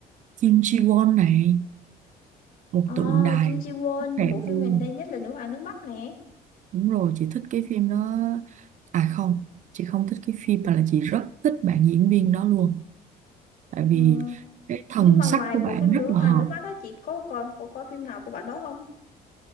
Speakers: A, on the right (about 45°); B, on the left (about 55°).
A: Kim Ji Won này một
B: Ờ,
A: tượng đài
B: Kim Ji Won
A: rất đẹp
B: bộ phim
A: luôn
B: gần đây nhất là Nữ Hoàng Nước Mắt nè
A: đúng rồi chị thích cái phim đó à không chị không thích cái phim mà là chị rất thích bạn diễn viên đó luôn tại vì
B: ừ.
A: cái thần
B: nhưng mà
A: sắc
B: ngoài
A: của
B: bộ
A: bạn
B: phim
A: rất
B: Nữ
A: là
B: Hoàng
A: hợp
B: Nước Mắt á chị có còn có, có phim nào của bạn đó không